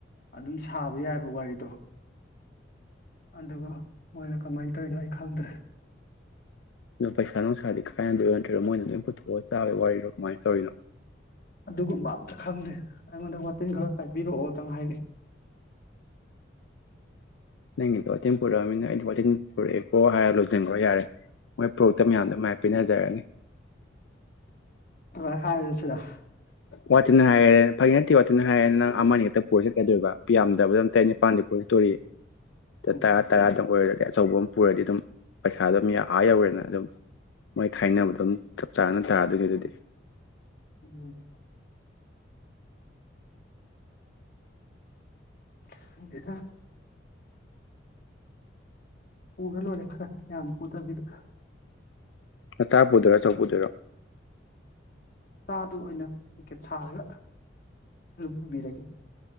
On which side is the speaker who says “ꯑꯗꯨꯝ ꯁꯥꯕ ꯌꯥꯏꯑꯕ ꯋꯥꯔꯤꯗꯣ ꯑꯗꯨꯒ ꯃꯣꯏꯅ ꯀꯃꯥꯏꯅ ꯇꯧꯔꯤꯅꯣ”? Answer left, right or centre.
Left